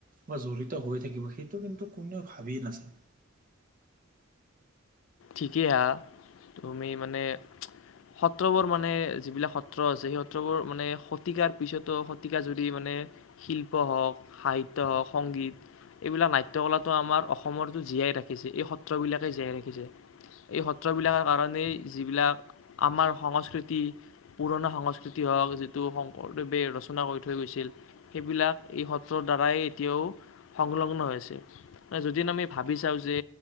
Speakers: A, on the right; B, on the left.
A: বা জড়িত হৈ থাকিব সেইটো কিন্তু কোনেও ভাবি নাছাই।
B: ঠিকেই হা তুমি মানে সত্ৰবোৰ মানে যিবিলাক সত্ৰ আছে সেই সত্ৰবোৰ মানে শতিকাৰ পিছতো শতিকা যুদি মানে শিল্প হওঁক, সাহিত্য হওঁক, সংগীত এইবিলাক নাট্য কলাটো আমাৰ অসমত জীয়াই ৰাখিছে এই সত্ৰবিলাকে জীয়াই ৰাখিছে। এই সত্ৰবিলাকৰ কাৰণেই যিবিলাক আমাৰ সংস্কৃতি পুৰণা সংস্কৃতি হওক যিটো শংকৰদেৱে ৰচনা কৰি থৈ গৈছিল সেইবিলাক এই সত্ৰৰ দ্বাৰাই এতিয়াও সংলগ্ন হৈছে আছে। যিদিন আমি ভাবি চাওঁ যে